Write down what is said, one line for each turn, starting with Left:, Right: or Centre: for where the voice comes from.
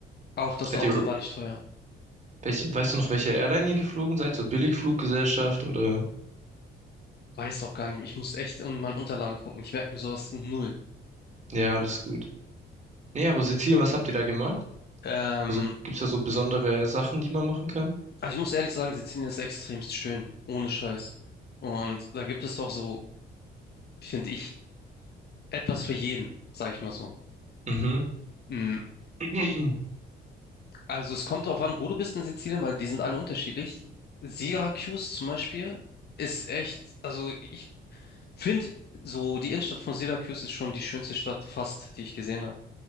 Left: Auch das
Right: Seid
Left: Auto
Right: ihr,
Left: war nicht teuer.
Right: welche, weißt du noch, welche Airline ihr geflogen seid? So Billigfluggesellschaft oder?
Left: Weiß auch gar nicht. Ich muss echt in meinen Unterlagen gucken. Ich merke mir sowas null.
Right: Ja, alles gut. Nee, aber Sizilien, was habt ihr da gemacht?
Left: Ähm,
Right: Also gibt's da so besondere Sachen, die man machen kann?
Left: aber ich muss ehrlich sagen, Sizilien ist extremst schön, ohne Scheiß. Und da gibt es doch so, finde ich, etwas für jeden, sage ich mal so.
Right: Mhm.
Left: Mm,
Right: <clears throat>
Left: Also es kommt darauf an, wo du bist in Sizilien, weil die sind alle unterschiedlich. Syracuse zum Beispiel ist echt, also ich finde, so die Innenstadt von Syracuse ist schon die schönste Stadt fast, die ich gesehen habe.